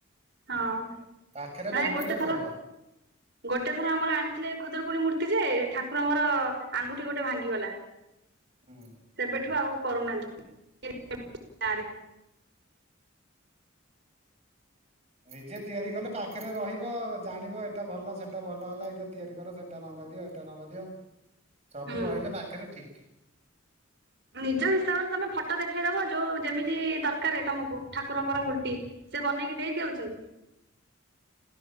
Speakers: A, on the right (about 55°); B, on the right (about 30°).
A: ହଁ।
B: ପାଖରେ
A: ନାଇଁ
B: ବନେଇଲେ
A: ଗୋଟେ ଥର
B: ଭଲ।
A: ଗୋଟେ ଥର ଆମର ଆଣିଥିଲେ ଖୁଦୁରକୁଣୀ ମୂର୍ତ୍ତି ଯେ ଠାକୁର ଙ୍କର ଆଙ୍ଗୁଠି ଗୋଟେ ଭାଙ୍ଗିଗଲା।
B: ହୁଁ
A: ସେବେଠୁ ଆଉ କରୁନାହାନ୍ତି <unintelligible> ଗାଁରେ।
B: ନିଜେ ତିଆରି କଲେ ପାଖରେ ରହିବ ଜାଣିବ ଏଇଟା ଭଲ ସେଟା ଭଲ ହେଲା ଏଇଟା ତିଆରି କର ସେଟାର ଦିଅ ଏଟା ରଙ୍ଗଦିଅ ସବୁ
A: ହୁଁ
B: ରହିଲେ ପାଖରେ ଠିକ୍।
A: ନିଜ ହିସାବରେ ତମେ ଫଟୋ ଦେଖେଇଦବ ଯୋଉ ଯେମିତି ଦରକାରେ ତମକୁ ଠାକୁରଙ୍କର ମୂର୍ତ୍ତି। ସେ ବନେଇକି ଦେଇଦଉଛନ୍ତି।